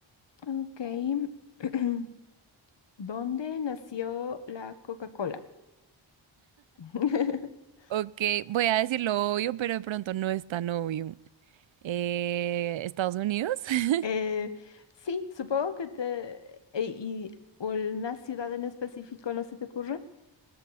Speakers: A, on the left (about 60°); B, on the right (about 70°).
A: Ok. <clears throat> ¿Dónde nació la Coca-Cola? <laughs>
B: Ok, voy a decir lo obvio, pero de pronto no es tan obvio. Eh, ¿Estados Unidos?
A: Eh,
B: <laughs>
A: sí, supongo que te... e- ¿Y una ciudad en específico no se te ocurre?